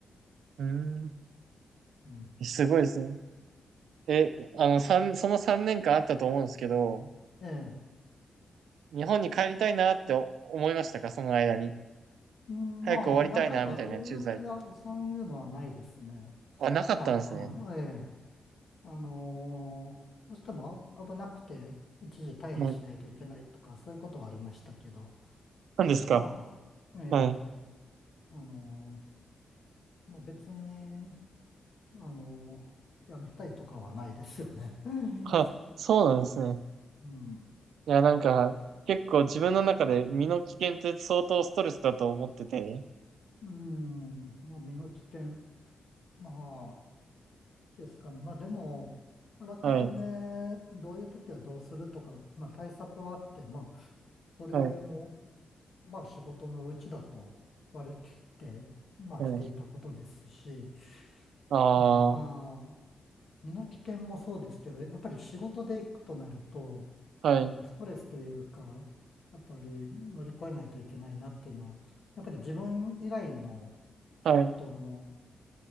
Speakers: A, on the right (about 85°); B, on the left (about 60°).
A: うーん。
B: うん、
A: すごいですね。え、
B: うん
A: あの、三その3年間あったと思うんですけど、
B: ええ
A: 日本に帰りたいなってお思いましたかその間に。
B: うん、
A: 早く終わりたいな、
B: まあ、何回か、
A: みたいな駐在。
B: えよく、いや、そういうのはないですね。
A: あ、なかったんですね。
B: まあ、あええ、あのーどうしてもあ危なくて、一時退避しないといけないとか、
A: はい。
B: そういうことはありましたけど、
A: なんですか
B: まあ、ええ、
A: はい。
B: あのーまあ、別に、あのーやめたいとかはないですよね。うん、
A: は、そうなんですね。
B: うん、
A: いや、なんか、結構自分の中で身の危険って相当ストレスだと思ってて。
B: うんまあ、身の危険、まあ、ですかね。まあ、でも、あらかじめどういう時はどうするとか、
A: はい。
B: まあ、対策はあって、まあ、それも、
A: はい。
B: まあ仕事のうちだと割り切って、まあ来ていたことですし、
A: はい。ああ、
B: うん、まあ、身の危険もそうですけど、やっぱり仕事で行くとなると、
A: はい。
B: あの、ストレスというか、やっぱり乗り越えないといけないなっていうのは、やっぱり自分以外の
A: はい。
B: 人の、